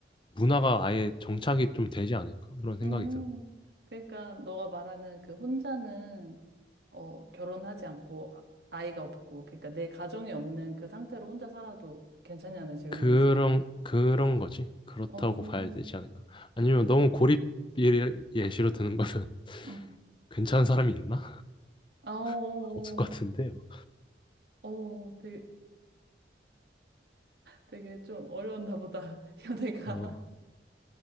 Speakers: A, on the left; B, on the right.
A: 문화가 아예 정착이 좀 되지 않을까 그런 생각이
B: 음.
A: 들어.
B: 그러니까 너가 말하는 그 혼자는 어, 결혼하지 않고 아- 아이가 없고 그러니까 내 가정이 없는 그 상태로 혼자 살아도 괜찮냐는 질문이지.
A: 그런 그런 거지. 그렇다고
B: 어,
A: 봐야 되지 않을까? 아니면 너무 고립 예- 예시로 드는 거면 <laughs>
B: 응.
A: 괜찮은 사람이 있나?
B: 아, 어, 어,
A: <laughs> 없을 것 같은데. 뭐.
B: 어, 어, 되게, 되게 좀 어려웠나 보다. <laughs> 연애가.
A: 어,